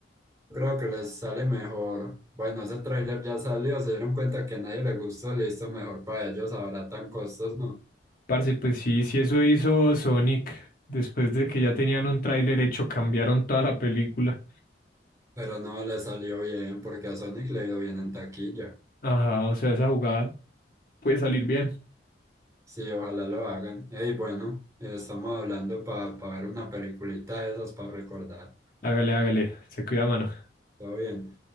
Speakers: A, on the right; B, on the left.
A: Creo que les sale mejor. Bueno, ese tráiler ya salió, se dieron cuenta que a nadie le gustó, listo, mejor para ellos, abaratan costos, ¿no?
B: Parce, pues sí, sí eso hizo Sonic, después de que ya tenían un tráiler hecho, cambiaron toda la película.
A: Pero no le salió bien porque a Sonic le ha ido bien en taquilla.
B: Ajá, o sea, esa jugada puede salir bien.
A: Sí, ojalá lo hagan. Ey, bueno, eh, estamos hablando para ver una peliculita de esas para recordar.
B: Hágale, hágale, se cuida, mano.
A: Todo bien.